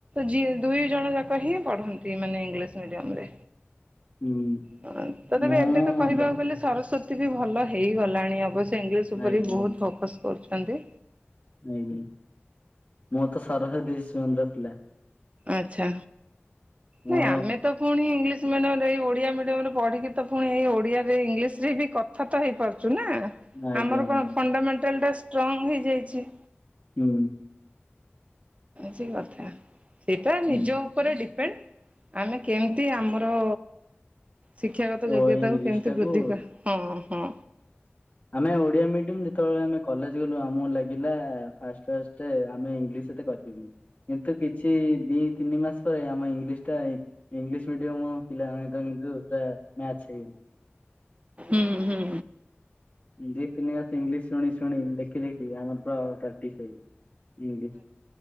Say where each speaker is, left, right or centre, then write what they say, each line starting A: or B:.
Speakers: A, on the right; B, on the left.
A: ଯ ଦୁଇ ଜଣ ଯାକ ହିଁ ପଢନ୍ତି ମାନେ ଇଂଲିଶ ମିଡିୟମ ରେ
B: ହୁଁ
A: ହ ତ ତେପ
B: ମୁଁ
A: ଏବେ ତ କହିବାକୁ
B: ଦ
A: ଗଲେ ସରସ୍ଵତୀ ଏତ ବି ଭଲ ହେଇଗଲାଣି ଅବଶ୍ୟ ଇଂଲିଶ ଉପରେ
B: ଆଜ୍ଞା
A: ବି ବହୁତ ଫୋକସ୍ କରୁଛନ୍ତି।
B: ନାଇଁ ନାଇଁ ମୁଁ ତ ସରସ୍ବତୀ ଶିଶୁମନ୍ଦିର ପିଲା।
A: ଆଛା
B: ମୋ
A: ନାଇଁ ଆମେ ତ ପୁଣି ଇଂଲିଶ ଇ ମିୟମ ଏଇ ଓଡ଼ିଆ ମିଡିୟମ ରେ ପଢିକି ତ ପୁଣି ଏଇ ଓଡ଼ିଆ ଇଂଲିଶରେ ବି କଥା ତ ହେଇପାରୁ। ନା
B: ଆଜ୍ଞା
A: ଆମର
B: ଆଜ୍ଞା
A: କଣ
B: ହୁଁ
A: ଫଣ୍ଡାମେଣ୍ଟାଲ ଟା ଷ୍ଟ୍ରଙ୍ଗ ହେଇଯାଇଛି।
B: ହୁଁ।
A: ସେ କଥା ସେଟା ନିଜ
B: ହୁଁ
A: ଉପରେ ଡିପେଣ୍ଡ ଆମେ କେମିତି ଆମର ଶିକ୍ଷାଗତ ଯୋଗ୍ୟତାକୁ
B: ଓ ଇଂଲିଶ
A: କେମିତି
B: ଟାକୁ
A: ବୃଦ୍ଧି କରିବା ହଁ ହଁ।
B: ଆମେ ଓଡିଆ ମିଡିୟମ ଯେତେବେଳେ ଆମେ କଲେଜ ଗଲୁ ଆମକୁ ଲାଗିଲା ଫା ଫ ତେ ଆମେ ଇଂଲିଶ ଏତେ କରି। କିନ୍ତୁ କିଛି ଦି ତିନି ମାସ ପରେ ଆମ ଇଂଲିଶ ଟା ଇଂଲିଶ। ମିଡିୟମ ପିଲାମାନେ ତ <inaudible> ପୁରା ମ୍ୟାଚ୍ ହେଇ
A: <inaudible> ହୁଁ ହୁଁ।
B: ଦି ତିନି ମାସେ ଇଂଲିଶ୍ ଶୁଣି ଶୁଣି ଦେଖିି ଦେଖି ଆମର ପୁରା ପ୍ରାକ୍ଟିସ୍ ହେଇ ଇଂଲିଶ୍